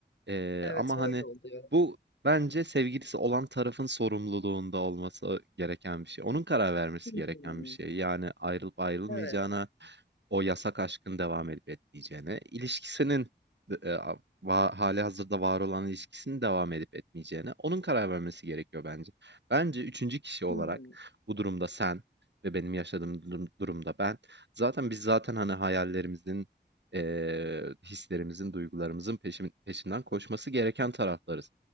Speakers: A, on the right (about 75°); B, on the left (about 90°).
A: Eee,
B: evet
A: ama,
B: öyle
A: hani,
B: oluyor.
A: bu bence sevgilisi olan tarafın sorumluluğunda olması gereken bir şey. Onun karar vermesi
B: Hmm,
A: gereken bir şey. Yani, ayrılıp ayrılmayacağına,
B: evet,
A: o yasak aşkın devam edip etmeyeceğine, ilişkisinin d eee, a va hâlihazırda var olan ilişkisinin devam edip etmeyeceğine onun karar vermesi gerekiyor bence. Bence üçüncü kişi olarak
B: hmm,
A: bu durumda sen ve benim yaşadığım durum durumda ben, zaten biz zaten, hani, hayallerimizin eee, hislerimizin, duygularımızın peşim peşinden koşması gereken taraflarız.